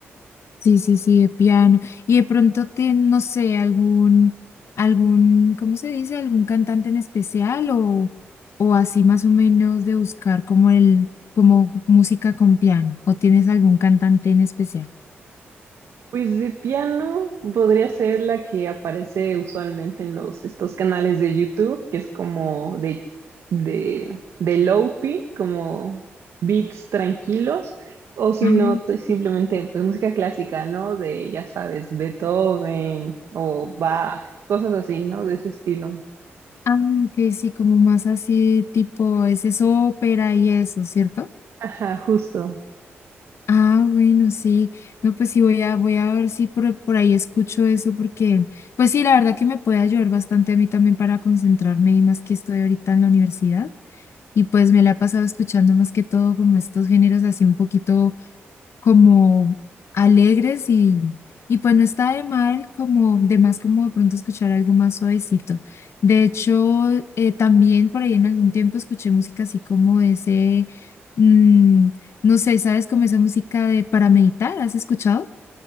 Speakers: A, on the left (about 70°); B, on the right (about 75°).
A: Sí, sí, sí, de piano. Y de pronto te no sé, algún, algún, ¿cómo se dice? ¿Algún cantante en especial o, o así más o menos de buscar como el, como música con piano? ¿O tienes algún cantante en especial?
B: Pues de piano podría ser la que aparece usualmente en los estos canales de YouTube, que es como de de de lofi, como beats tranquilos, o si
A: Ah,
B: no t- simplemente pues música clásica, ¿no? De ya sabes, Beethoven o Bach, cosas así, ¿no? De ese estilo.
A: ah, que sí, como más así tipo, ese es ópera y eso, ¿cierto?
B: Ajá, justo.
A: Ah, bueno, sí. No, pues sí, voy a, voy a ver si por, por ahí escucho eso, porque, pues sí, la verdad que me puede ayudar bastante a mí también para concentrarme y más que estoy ahorita en la universidad. Y pues me la he pasado escuchando más que todo como estos géneros así un poquito como alegres y, y pues no está de mal como de más como de pronto escuchar algo más suavecito. De hecho, eh, también por ahí en algún tiempo escuché música así como ese, mm, no sé, ¿sabes? Como esa música de para meditar, ¿has escuchado?